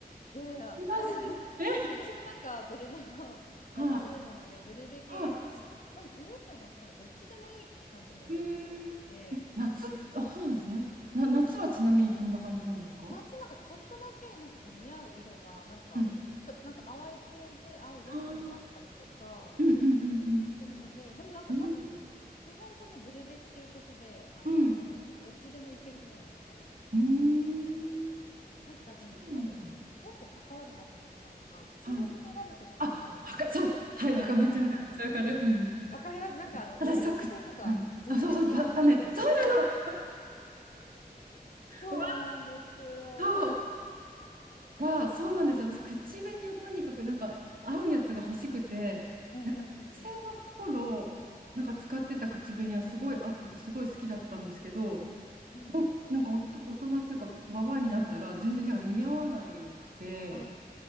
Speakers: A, on the left; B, on the right.
A: いやいや、
B: 詳しい。
A: だから <laughs>
B: え、
A: 私もなんかブルベの夏なので、
B: はい、
A: ブルベ系、
B: は
A: 私もでも冬と夏なんかどっちでもいい感じのやつになってたので、
B: い。えー、夏、あ、そうなんですね。な、夏はちなみにどんな感じなんですか
A: 夏なんかちょっとだけなんかその似合う色がなんかちょなんか淡い系で合うやつもあったりとか
B: うん。あーうんうんうん
A: するのででもなんか多分基本そのブルベっていうことであのなんだろうどっちでもいけると思うんですよね
B: うん。うん。うん。うーん
A: なんかでもそれ結構関わるなと思ったのが口紅選ぶときに
B: そうなんだ。はい。あ、わか、そう、はい、わか、めっちゃわかる。
A: そうなんですよ
B: めっちゃわかる。うん。
A: わかりますなんかあのオレンジ系とか全然似合わないんですよ
B: 私、そう、く、うん。あ、そうそう、だ、ダメ。そうなの。わ
A: そうなんですよ
B: ー <laughs> わー、そうわーそうなんですよ。私、口紅をとにかく、なんか、合うやつが欲しくて、
A: うんうんうんうん
B: なんか、学生の頃、なんか使ってた口紅はすごい合ってて、すごい好きだったんですけど、
A: うん
B: なんかおと、大人っていうか、ババアになったら、全然なんか似合わなくて、
A: あ